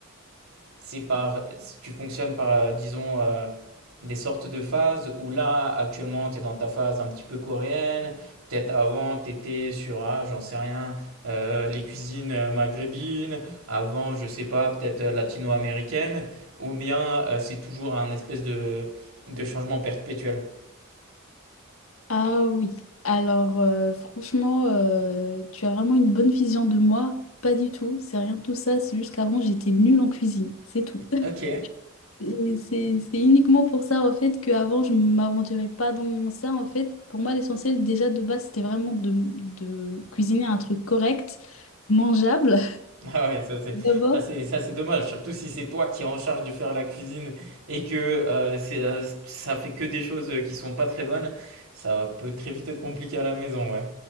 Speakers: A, on the right; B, on the left.
A: C'est par, tu fonctionnes par, euh, disons, euh, des sortes de phases où là, actuellement, tu es dans ta phase un petit peu coréenne. Peut-être avant, tu étais sur, ah, j'en sais rien, euh, les cuisines euh, maghrébines. Avant, je sais pas, peut-être euh, latino-américaine. Ou bien euh, c'est toujours un espèce de, de changement perpétuel.
B: Ah oui. Alors euh, franchement, euh, tu as vraiment une bonne vision de moi. Pas du tout, c'est rien de tout ça, c'est juste qu'avant j'étais nulle en cuisine, c'est tout. <laughs>
A: Ok.
B: Et c'est c'est uniquement pour ça en fait qu'avant je m'aventurais pas dans ça en fait. Pour moi l'essentiel déjà de base c'était vraiment de, de cuisiner un truc correct, mangeable
A: <laughs> Ah ouais, ça c'est
B: <laughs> d'abord.
A: ça c'est ça c'est dommage, surtout si c'est toi qui es en charge de faire la cuisine et que euh, c'est euh, ça fait que des choses qui sont pas très bonnes, ça peut très vite être compliqué à la maison, ouais.